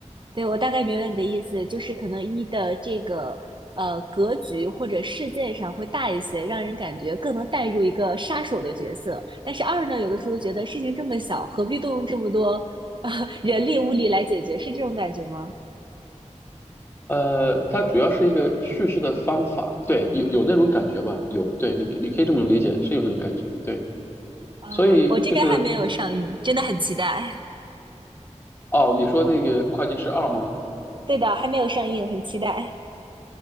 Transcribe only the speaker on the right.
对，我大概明白你的意思，就是可能一的这个呃格局或者事件上会大一些，让人感觉更能带入一个杀手的角色。但是二呢，有的时候觉得事情这么小，何必动用这么多啊 <laughs> 人力物力来解决，是这种感觉吗？
啊，
我这边还没有上映，真的很期待。
<laughs> 对的，还没有上映，很期待。